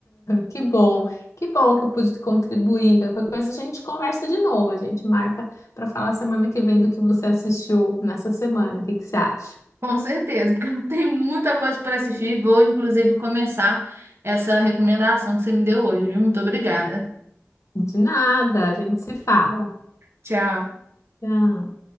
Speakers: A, on the left; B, on the right.
A: Que bom, que bom que eu pude contribuir. Qualquer coisa a gente conversa de novo, a gente marca para falar semana que vem do que você assistiu nessa semana. O que que você acha?
B: Com certeza, porque eu tenho muita coisa para assistir. Vou, inclusive, começar essa recomendação que você me deu hoje, viu? Muito obrigada.
A: De nada, a gente se fala.
B: Tchau.
A: Tchau.